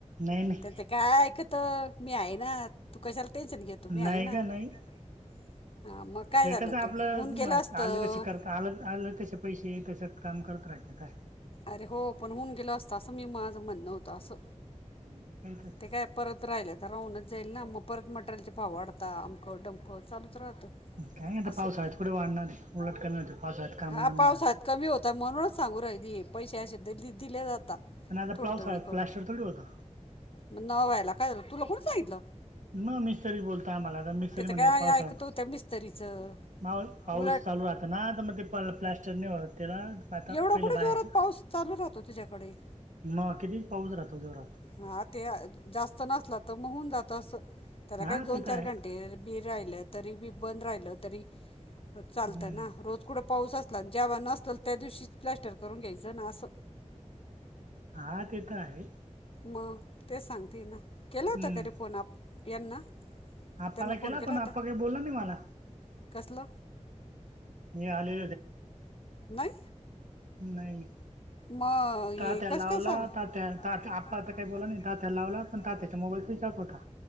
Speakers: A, on the right; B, on the left.
A: नाई नाई.
B: त्याचं काय ऐकतो... मी हाय ना... तू कशाला टेन्शन घेतो... मी
A: नाही
B: हाय ना
A: का
B: नई गं
A: नाही
B: नई हा... मग काय
A: ते
B: झालं
A: कसं आपलं
B: तर... तो होऊन गेलं असतं
A: आले तसे करता आलं त आलं तसे पैसे, तसं काम करत रहायचं काय?
B: अरे हो, पण होऊन गेलं असतं, असं मी, माझं म्हणणं होतं असं
A: नाई <unintelligible>
B: ते काय परत राहिलं तर राहूनच जाईल ना... मग परत मटेरियलचे भाव वाढता... अमकं डमकं चालूच राहतं.
A: काय आता
B: असो
A: पावसाळ्यात कुठे वाढणार आहे उलट कमी होते पावसाळ्यात कामं
B: हा
A: बंद
B: पावसात
A: होऊन जाणार
B: कमी होता म्हणूनच सांगू राहिदी पैसेशबद दि दिले जातात
A: आणि आता
B: थोडे
A: प्लास
B: थोडे करून
A: प्लास्टर थोडी होता
B: मग न व्हायला काय झा तुला कोणीचगितलं
A: म मिस्तरी बोलता आम्हाला तर मिस्तरी
B: त्याचं
A: म्हणे
B: काय
A: पावसाात
B: ऐकतो त्या मिस्तरीचं
A: मा पाऊस
B: उलट
A: चालू राहत ना तर मग ते प्लॅस्टर नाही होत तेला माात
B: एवढा
A: पहिले
B: कुठे
A: बाहेरच
B: जोरात पाऊस चालू राहतो तुझ्याकडे
A: ना किती पाऊस राहतो जोरात
B: हा ते जास्त नसला तर मग होऊन जात अस त्याला
A: हा
B: काही दोन
A: ते तर
B: चार
A: आहे
B: घंटे बी राहिलं तरी बी बंद राहिलं तरी चालतं
A: हम्म
B: ना रोज कड पाऊसच जेव्हा नसल त्या दिवशीच प्लॅस्टर करून घ्यायचं ना असं
A: हा ते तर आहे
B: मग तेच सांगते ना केलं
A: हम्म
B: होत करी फोन आप यांना
A: आप्पाला
B: त्यांना फोन
A: केला पण
B: होता
A: आप्पा काही बोलला नाही मला
B: कसलं
A: मी आले
B: नाही
A: नाही
B: मग
A: तात्या
B: कास
A: लावला
B: काय सांगला
A: तात्या तात्या
B: त्या
A: आप्पा आता काही
B: आप
A: बोला
B: बो त्या
A: नाही तात्या पण
B: लावला
A: तात्याचा मोबाईल स्विच ऑफ होता.